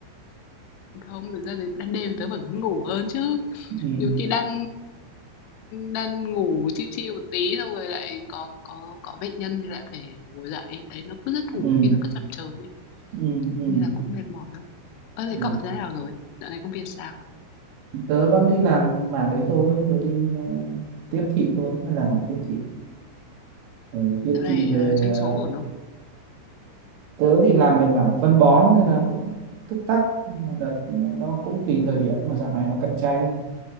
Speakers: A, on the left; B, on the right.
A: Không, thực ra thì đêm tớ vẫn muốn ngủ hơn chứ.
B: ừ.
A: nhiều khi đang đang ngủ chiêu chiêu một tí xong rồi lại có có có bệnh nhân thì lại phải ngồi dậy đấy nó cứ giấc ngủ
B: Ừ.
A: nhiều khi nó cứ chập chờn ấy
B: Ừ. Ừ.
A: nên là cũng mệt mỏi lắm ơ thế
B: Ừ.
A: cậu thế nào rồi dạo này công việc sao
B: tớ vẫn đi làm mảng đấy thôi tớ đi ờ, tiếp thị thôi hay là mảng tiếp thị ừ, tiếp
A: dạo này
B: thị về
A: ờ, doanh
B: ờ,
A: số ổn không
B: tớ thì làm về mảng phân bón nên là cũng túc tắc Nhưng mà đợt nó cũng tùy thời điểm mà dạo này nó cạnh tranh